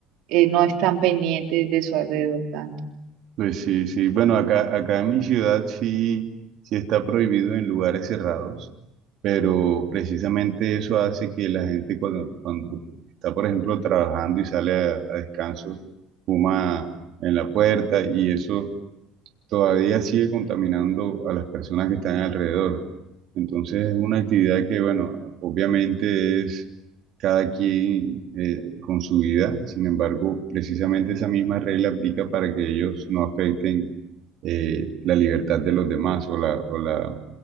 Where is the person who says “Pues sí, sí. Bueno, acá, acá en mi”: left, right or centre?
Right